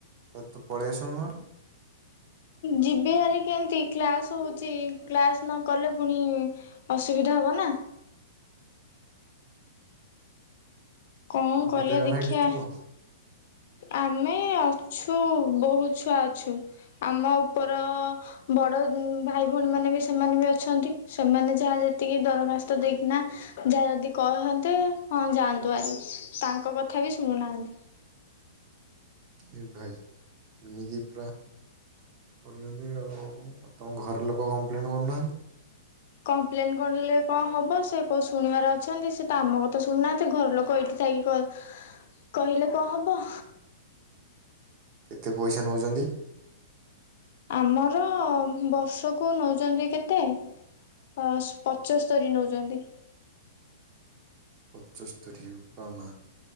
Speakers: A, on the right; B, on the left.
A: ତ ତୁ ପେଳେଇ ଆସୁନୁ ନହେଲେ।
B: ଯିବି ହାରି କେମିତି କ୍ଲାସ ହୋଉଚି କ୍ଲାସ ନ କଲେ ପୁଣି ଅସୁବିଧା ହବ ନାଁ। କଣ
A: ତମେ
B: କରିବା
A: କେତେ ଜଣ
B: ଦେଖଆ।
A: ସେଠି ଥିବ
B: ଆମେ ଅଛୁ ବୋହୁତ ଛୁଆ ଅଛୁ ଆମ ଉପର ବଡ଼ ଭାଇ ଭୋଉଣୀ ମାନେ ବି ସେମାନେ ବି ଅଛନ୍ତି। ସେମାନେ ଯାହା ଯେତିକି ଦରଖାସ୍ତ ଦେଇକିନା ଯାହା ଯଦି କହନ୍ତେ ହଁ ଯାଆନ୍ତୁ ହାରି। ତାଙ୍କ କଥା ବି ଶୁଣୁନାହାନ୍ତି‌।
A: ଏ ଭାଇ ଏମିତି ପୁରା କରୁଛନ୍ତି ଆଉ। ତମ ଘର ଲୋକ କମ୍ପ୍ଲେନ୍ କରୁନାହାଁ
B: କମ୍ପ୍ଲେନ କିରିଲେ କଣ ହବ ସେ କୋଉ ଶୁଣିବାର ଅଛନ୍ତି। ସେ ତ ଆମ କଥା ଶୁଣୁନାହାନ୍ତି ଘର ଲୋକ ଏଇଠି ଥାଇକି କ କହିଲେ କଣ ହବ।
A: କେତେ ପଇସା ନୋଉଚନ୍ତି?
B: ଆମର ବର୍ଷକୁ ନୋଉଚନ୍ତି କେତେ ଅ ପଚସ୍ତରୀ ନୋଉଚନ୍ତି।
A: ପଞ୍ଚସ୍ତରୀ ର ଉପ ମା